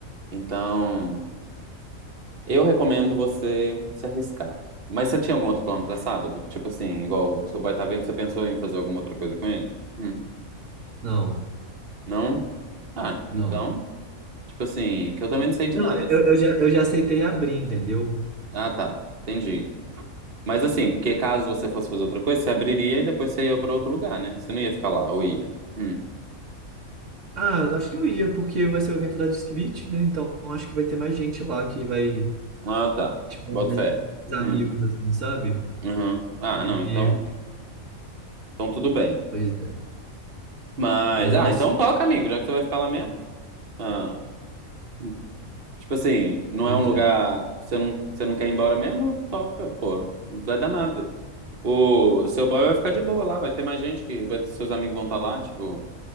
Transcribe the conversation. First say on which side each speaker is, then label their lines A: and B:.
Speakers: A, on the right; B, on the right.
A: Então, eu recomendo você se arriscar. Mas você tinha algum outro plano pra sábado? Tipo assim, igual o seu boy tá vendo, você pensou em fazer alguma outra coisa com ele? Hum,
B: Não,
A: não? Ah,
B: não.
A: então, tipo assim, que eu também não sei de
B: Não,
A: nada.
B: eu, eu já, eu já aceitei abrir, entendeu?
A: Ah, tá, entendi. Mas assim, porque caso você fosse fazer outra coisa, você abriria e depois você ia pra outro lugar, né? Você não ia ficar lá, ou ia? Hum.
B: Ah, eu acho que eu ia, porque vai ser o evento da Disque Beat, né? Então acho que vai ter mais gente lá que vai,
A: Ah, tá.
B: tipo, mais
A: Boto fé.
B: amigos,
A: Hum.
B: assim, sabe?
A: Uhum. Ah,
B: E,
A: não, então. Então tudo bem.
B: pois é.
A: Mas.
B: Mas,
A: Ah,
B: nossa,
A: então toca, amigo, já que você vai ficar lá mesmo. Ah. Hum. Tipo assim, não
B: pois
A: é um lugar.
B: é.
A: Você não, você não quer ir embora mesmo? Toca, porra. Não vai dar nada. O seu boy vai ficar de boa lá, vai ter mais gente que. Vai, seus amigos vão estar lá, tipo.